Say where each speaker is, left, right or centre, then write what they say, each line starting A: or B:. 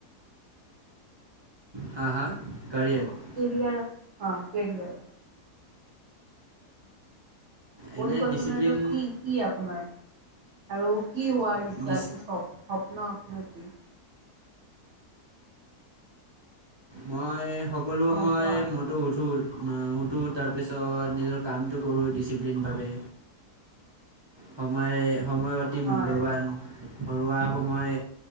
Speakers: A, on the right; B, on the right.
A: হা হা কাৰিয়াৰ।
B: কেৰিয়াৰ অ কেৰিয়াৰ।
A: এনে
B: পৰিকল্পনাটো
A: ডিচিপ্লিন
B: কি কি আপ আপোনাৰ আৰু কি হোৱাৰ ইচ্ছা
A: ডিচ
B: কি স্বপ্ন আপোনাৰ কি।
A: মই সকলো সময়
B: অঁ কোৱা
A: ম‌ইটো উঠো। উঠো তাৰপিছত নিজৰ কামটো কৰোঁ ডিচিপ্লিন বাবে। সময়ে সময় অতি মূল্যৱান
B: হয়
A: ঘৰুৱা সময়